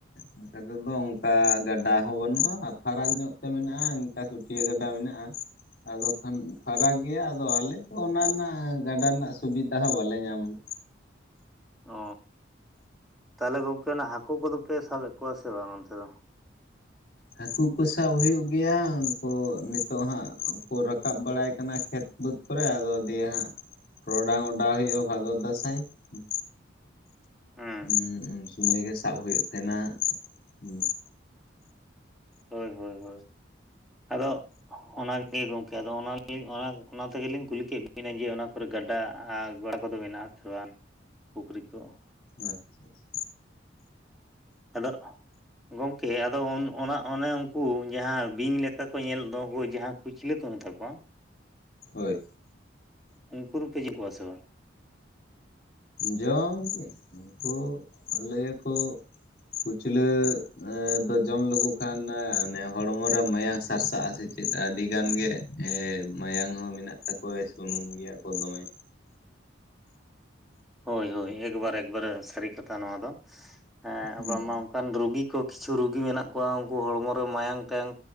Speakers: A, on the left; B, in the centre.
A: ᱱᱚᱝᱛᱮᱫᱚ ᱚᱱᱠᱟ ᱜᱟᱰᱟ ᱦᱚᱸ ᱵᱟᱱᱩᱜᱼᱟ ᱯᱷᱟᱨᱟᱠ ᱧᱚᱜ ᱛᱮ ᱢᱮᱱᱟᱜᱼᱟ ᱤᱱᱠᱟ ᱥᱩᱛᱭᱟᱹ ᱜᱟᱰᱟ ᱢᱮᱱᱟᱜᱼᱟ ᱾ ᱟᱫᱚ ᱠᱷᱟᱱ ᱩᱷ ᱯᱷᱟᱨᱟᱠ ᱜᱮᱭᱟ ᱟᱫᱚ ᱟᱞᱮ ᱷ ᱚᱱᱟ ᱨᱮᱱᱟᱜ ᱜᱟᱰᱟ ᱨᱮᱱᱟᱜ ᱥᱩᱵᱤᱛᱟ ᱦᱚᱸ ᱵᱟᱞᱮ ᱧᱟᱢ ᱾
B: ᱚ, ᱛᱟᱞᱦᱮ ᱜᱚᱝᱠᱮ ᱚᱱᱟ ᱦᱟᱠᱩ ᱠᱚᱫᱚ ᱯᱮ ᱥᱟᱵᱮᱫ ᱠᱚᱣᱟ ᱥᱮ ᱵᱟᱝ ᱚᱱᱛᱮ ᱫᱚ?
A: ᱦᱟᱠᱩ ᱠᱚ ᱥᱟᱵ ᱦᱩᱭᱩᱜ ᱜᱮᱭᱟ ᱩᱱᱠᱩ ᱱᱤᱛᱚᱜ ᱦᱟᱸᱜ ᱠᱚ ᱨᱟᱠᱟᱵ ᱵᱟᱲᱟᱭ ᱠᱟᱱᱟ ᱠᱷᱮᱛ ᱵᱟᱹᱫᱽ ᱠᱚᱨᱮ, ᱟᱫᱚ ᱫᱤᱭᱮ ᱦᱟᱸᱜ ᱴᱚᱨᱚᱰᱟᱝ ᱚᱰᱟᱣ ᱦᱩᱭᱩᱜᱼᱟ ᱵᱷᱟᱫᱚᱨ ᱫᱟᱸᱥᱟᱭ ᱾ ᱪᱚᱜ
B: ᱦᱮᱸ
A: ᱩᱸ ᱩᱱᱥᱚᱢᱚᱭ ᱜᱮ ᱥᱟᱵ ᱦᱩᱭᱩᱜ ᱛᱟᱦᱮᱱᱟ, ᱦᱩ ᱾
B: ᱦᱳᱭ ᱦᱳᱭ ᱦᱳᱭ, ᱟᱫᱚ ᱚᱱᱟ ᱟᱨᱠᱤ ᱜᱚᱢᱠᱮ ᱟᱫᱚ ᱚᱱᱟᱞᱤᱧ ᱚᱱᱟᱼᱼᱼ ᱚᱱᱟ ᱛᱮᱜᱮᱞᱤᱧ ᱠᱩᱞᱤ ᱠᱮᱫ ᱵᱮᱤᱱᱟ ᱡᱮ ᱚᱱᱟ ᱠᱚᱨᱮ ᱜᱟᱰᱟ ᱟᱨ ᱜᱚᱲᱟ ᱠᱚᱫᱚ ᱢᱮᱱᱟᱜᱼᱟ ᱥᱮ ᱵᱟᱝ? ᱯᱩᱠᱷᱨᱤ ᱠᱚ?
A: ᱟᱪᱪᱷᱟ ᱟᱪᱪᱷᱟ ᱾
B: ᱟᱫᱚᱜ ᱷ ᱜᱚᱢᱠᱮ ᱟᱫᱚ ᱚᱱ ᱚᱱᱟ ᱚᱱᱮ ᱩᱱᱠᱩ ᱡᱟᱦᱟᱸ ᱵᱤᱧ ᱞᱮᱠᱟ ᱠᱚ ᱧᱮᱞ ᱫᱚ ᱦᱳᱭ ᱡᱟᱦᱟᱸ ᱠᱩᱪᱞᱟᱹ ᱠᱚ ᱢᱮᱛᱟ ᱠᱚᱣᱟ
A: ᱦᱳᱭ ᱾
B: ᱩᱱᱠᱩ ᱫᱚᱯᱮ ᱡᱚᱢ ᱠᱚᱣᱟ ᱥᱮ ᱵᱟᱝ?
A: ᱡᱚᱢᱜᱮ ᱩᱱᱠᱩ ᱞᱟᱹᱭᱟᱠᱚ ᱠᱩᱪᱞᱟᱹ ᱫᱚ ᱡᱚᱢ ᱞᱮᱠᱚ ᱠᱷᱟᱱ ᱚᱱᱮ ᱦᱚᱲᱢᱚᱨᱮ ᱢᱟᱭᱟᱝ ᱥᱟᱨᱥᱟᱜᱼᱟᱥ ᱪᱮᱫ? ᱪᱮᱫ ᱟᱹᱰᱤ ᱜᱟᱱ ᱜᱮ ᱮ ᱢᱟᱭᱟᱝ ᱦᱚᱸ ᱢᱮᱱᱟᱜ ᱛᱟᱠᱚᱣᱟ ᱥᱩᱱᱩᱢ ᱜᱮᱭᱟ ᱠᱚ ᱫᱚᱢᱮ᱾
B: ᱦᱳᱭ ᱦᱳᱭ ᱮᱠᱵᱟᱨ ᱮᱠᱵᱟᱨᱮ ᱥᱟᱹᱨᱤ ᱠᱟᱛᱷᱟ ᱱᱚᱣᱟ ᱫᱚ ᱮ
A: ᱦᱩᱸ
B: ᱟ ᱵᱟᱝᱢᱟ ᱚᱱᱠᱟᱱ ᱨᱩᱜᱤ ᱠᱚ ᱠᱤᱪᱷᱩ ᱨᱩᱜᱤ ᱢᱮᱱᱟᱜ ᱠᱚᱣᱟ ᱩᱱᱠᱩ ᱦᱚᱲᱢᱚ ᱨᱮ ᱢᱟᱭᱟᱝ ᱴᱟᱭᱟᱝ